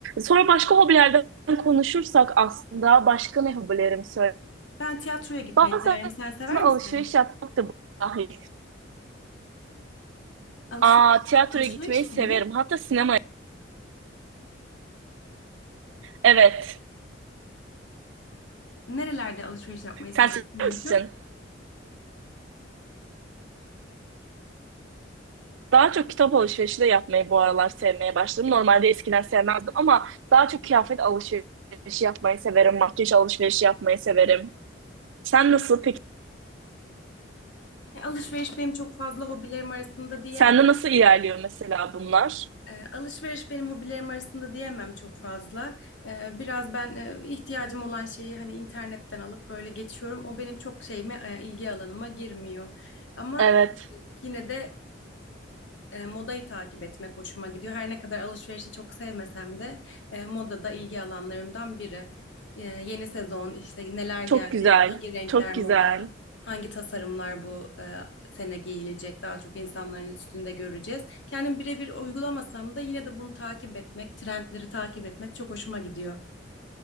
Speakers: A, on the right; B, on the left.
A: Sonra başka hobilerden konuşursak aslında başka ne hobilerimi söyle.
B: Ben tiyatroya gitmeyi
A: Bazen
B: severim. Sen sever
A: aslında alışveriş
B: misin?
A: yapmak da dahil.
B: Alışveriş,
A: Aa, tiyatroya
B: alışveriş
A: gitmeyi
B: mi
A: severim.
B: dedin?
A: Hatta sinemaya. Evet.
B: Nerelerde alışveriş yapmayı
A: Sen
B: seviyorsun
A: sever
B: en
A: misin?
B: çok?
A: Daha çok kitap alışverişi de yapmayı bu aralar sevmeye başladım. Normalde eskiden sevmezdim ama daha çok kıyafet alışverişi yapmayı severim. Makyaj alışverişi yapmayı severim. Sen nasıl peki?
B: E, Alışveriş benim çok fazla hobilerim arasında diyemem.
A: Sende nasıl ilerliyor mesela bunlar?
B: E, alışveriş benim hobilerim arasında diyemem çok fazla. E, biraz ben e, ihtiyacım olan şeyi hani internetten alıp böyle geçiyorum. O benim çok şeyime, e, ilgi alanıma girmiyor. Ama
A: Evet.
B: yine de e, modayı takip etmek hoşuma gidiyor. Her ne kadar alışverişi çok sevmesem de e, moda da ilgi alanlarımdan biri. E, yeni sezon işte neler geldi,
A: Çok güzel.
B: hangi renkler
A: Çok güzel.
B: moda, hangi tasarımlar bu e, sene giyilecek daha çok insanların üstünde göreceğiz. Kendim birebir uygulamasam da yine de bunu takip etmek, trendleri takip etmek çok hoşuma gidiyor.